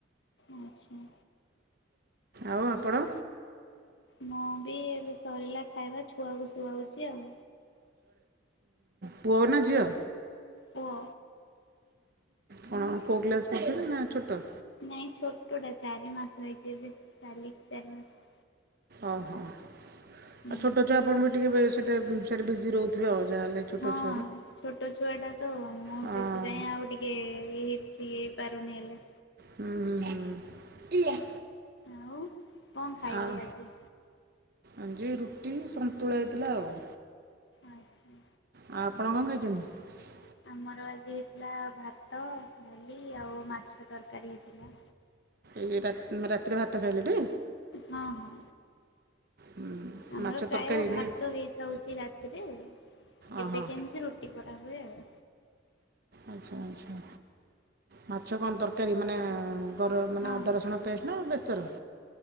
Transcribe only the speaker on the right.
ଆଉ ଆପଣ?
ପୁଅ ନା ଝିଅ?
କଣ କୋଉ କ୍ଲାସ ପଢୁଛନ୍ତି ନା ଛୋଟ?
ଓ ହୋ ଆଉ
ଛୋଟଛୁଆ ଆପଣ ଟିକେ ସେଟ ସେଟ ବିଜି ରହୁଥିବ ଯାହା ହେଲେ ଛୋଟ
ଛୁ
ହଁ
ହୁଁ ହୁଁ ହୁଁ।
ଆଉ
ଆଜି ରୁଟି ସନ୍ତୁଳା ହେଇଥିଲା ଆଉ
ଆ ଆପଣ କଣ ଖାଇଛନ୍ତି?
ଏଇ ରା ରାତିରେ ଭାତ ଖାଇଲେ ଟି
ହୁଁ
ମାଛ
ତରକାରୀ
ନା
ଓହୋ
ଆଚ୍ଛା ଆଚ୍ଛା ମାଛ କଣ ତରକାରୀ ମାନେ ଗର ମାନେ
ଅଦା ରସୁଣ ପେଷ୍ଟ୍ ନା ବେସର?